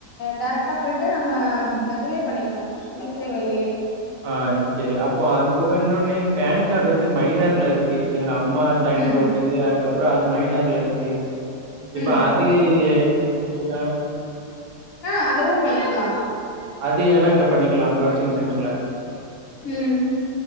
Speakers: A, on the left (about 65°); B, on the right (about 85°).
A: டேரக்ட்டா போயிட்டு நம்ம இதிலயே பண்ணிக்லா இ சேவையிலயே
B: ஆ சரி அப்போ அது போக இன்னொன்னு பேன் கார்டு வந்து மைனர்ல இருக்கு எங்க அம்மா சைன்
A: ம்
B: போட்டது அதுக்கப்றோ அது மைனர்ல இருக்கு இப்ப
A: ம்
B: அது செய்லா
A: ஆ அதவு பண்ணிக்லா
B: அது என்னங்கா பண்ணிக்லா ப்ரௌசிங் சென்டர்ல
A: ம்